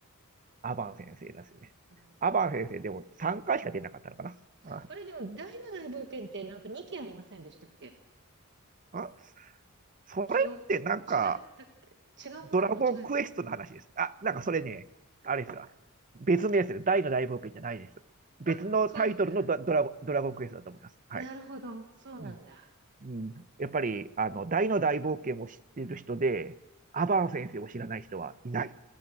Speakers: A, on the right; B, on the right.
A: あ、アバン先生ですね。
B: うん
A: アバン先生でも3回しか出なかったのかな。あ、
B: あれ、でも、第七大冒険ってなんか2期ありませんでしたっけ
A: あそれってなんか、
B: 記憶、違ったっけ違うものと間違えてる
A: ドラゴンクエストの話ですね。あ、なんかそれね、あれですわ。別名ですよ。大の大冒険じゃないです。別のタイトルのドドラゴンドラゴンクエストだと思います。
B: あ、そうなんだ。
A: はい。
B: なるほど。そうなんだ。
A: うんうん、やっぱり、あの、大の大冒険を知っている人で、アバン先生を知らない人はいない。